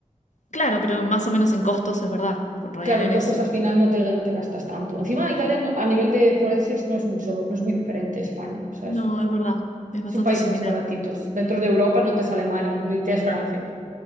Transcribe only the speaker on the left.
Claro, pero más o menos en costos es verdad. Con Ryanair
es...
No,
es verdad. Es bastante
similar.